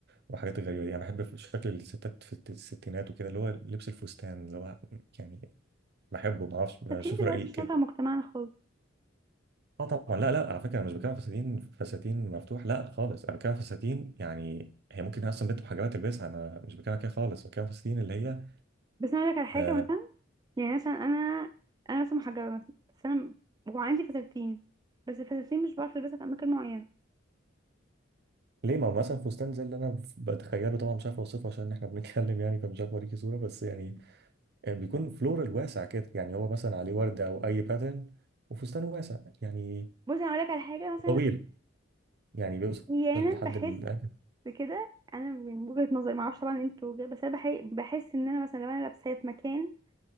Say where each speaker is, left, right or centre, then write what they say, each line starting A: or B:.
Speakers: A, on the right (about 55°); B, on the right (about 20°).
A: وحاجات غريبه دي يعني بحب شكل الستات في الت- الستينات وكده اللي هو لبس الفستان اللي هو يعني بحبه ما اعرفش بشوفه
B: فاتين دلوقتي
A: رقيق
B: مش
A: كده
B: نافع مجتمعنا خالص
A: اه طبعا لا لا على فكره انا مش بتكلم فساتين فساتين مفتوح لا خالص انا بتكلم فساتين يعني هي ممكن اصلا بنت بحجابات تلبسها انا مش بتكلم كده خالص بتكلم فساتين اللي هي
B: بس انا اقول لك على حاجه
A: آه
B: مثلا يعني مثلا انا انا مثلا محجبه مثلا بس انا وعندي فساتين بس الفساتين مش بعرف البسها في اماكن معينه
A: ليه ما هو مثلا فستان زي اللي انا بتخيله طبعا مش عارف اوصفه عشان احنا بنتكلم يعني فمش عارف اوريكي صوره بس يعني آه بيكون فلورال واسع كده يعني هو مثلا عليه ورده او اي باترن وفستان واسع يعني
B: بصي انا اقول لك على حاجه مثلا
A: طويل يعني بيوصل
B: احيانا
A: لحد
B: بحس
A: الأنكل
B: بكده انا من وجهة نظري معرفش طبعا انتوا وجهة- بس انا بحي... بحس ان انا مثلا لو انا لابساه في مكان